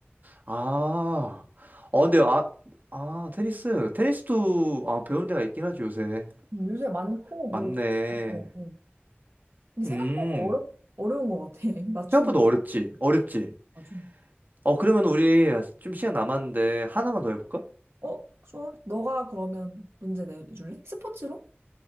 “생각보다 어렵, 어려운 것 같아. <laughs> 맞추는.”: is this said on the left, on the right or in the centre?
Right